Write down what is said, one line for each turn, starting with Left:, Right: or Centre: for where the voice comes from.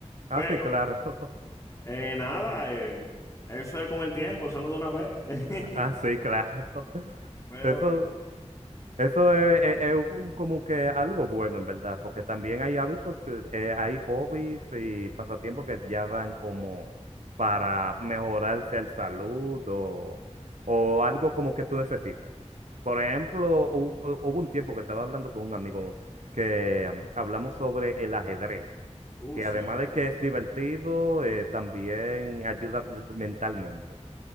Right: Ah,
Left: Pero,
Right: sí, claro. <laughs>
Left: eh, nada, eh, eso es con el tiempo, eso no de una vez. <laughs>
Right: Ah, sí, claro. <laughs>
Left: Pero,
Right: Eso,
Left: que-
Right: Eso es, es- es un- como que algo bueno, en verdad, porque también hay hábitos, que, eh, hay hobbies y pasatiempos que ya dan como para mejorarse el salud o, o algo como que tú necesitas. Por ejemplo, hu- hu- hubo un tiempo que estaba hablando con un amigo que mm, hablamos sobre el ajedrez,
Left: uh,
Right: que
Left: sí,
Right: además
Left: ajedrez.
Right: de que es divertido, eh, también ayuda mentalmente